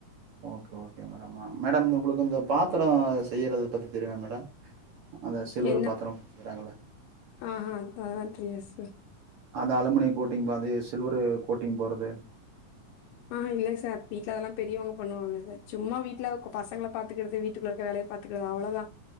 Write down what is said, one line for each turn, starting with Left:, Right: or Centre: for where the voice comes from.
Right: ஓகே ஓகே மேடம் மேடம் உங்குளுக்கு இந்த பாத்தரோ செய்யறத பத்தி தெரியுமா மேடம் அந்த சில்வர்
Left: என்ன
Right: பாத்திரம் செய்றாங்கல்ல
Left: ஆஹா அது பாத்தில்ல சார்
Right: அது அலுமினியம் கோட்டிங் பாது சில்வரு கோட்டிங் போறது
Left: ஆ ஹா இல்ல சார் வீட்ல அதெல்லா பெரியவுங்க பண்ணுவாங்க சார் சும்மா வீட்ல பசங்கள பாத்துக்கிறது வீட்டுக்குள்ள இருக்க வேலைய பார்த் துக்கிறது அவ்ளோ தா